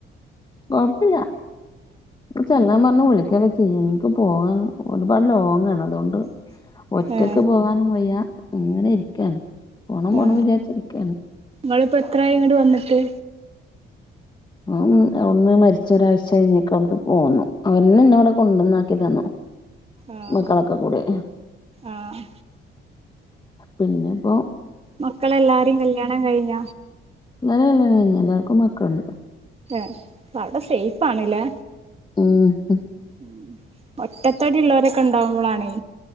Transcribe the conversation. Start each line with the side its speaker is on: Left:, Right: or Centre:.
Left: കുഴപ്പില്ല പ്പ ചെല്ലാൻ പറഞ്ഞ് വിളിക്കണോ ചെയ എനിക്ക് പോകാൻ ഒരുപാട് ലോങ് ആണ് അതുകൊണ്ട് ഒറ്റക്ക്
Right: ആ
Left: പോകാനും വയ്യ ഇങ്ങനെ ഇരിക്കാണ് പോണം പോണം
Right: ആ
Left: വിചാരിച്ചിരിക്കാണ്
Right: നിങ്ങിപ്പോ എത്രായി ഇങ്ങോട്ട് വന്നിട്ട്
Left: ആ അവിന്ന് മരിച്ച ഒരാഴ്ച കഴിഞ്ഞൊക്കെ അവിടുക്ക് പോന്നു അവര്ന്ന എന്നന്നെ അവിടെ കൊണ്ടുവന്നാക്കി തന്നു
Right: ആഹ്
Left: മക്കളൊക്കെ കൂടെ
Right: ആഹ്
Left: പിന്നെപ്പോ
Right: മക്കളെല്ലാരും കല്യാണം കഴിഞ്ഞ
Left: നല്ലല്ലാണ് ക എല്ലാവർക്കും മക്കളുണ്ട്
Right: ഏ അവിടെ സേഫ ആണല്ലേ
Left: <inaudible>
Right: ഉ ഒറ്റത്തടി ഉള്ളവരൊക്കെ ഉണ്ടാവുമ്പോളാണേ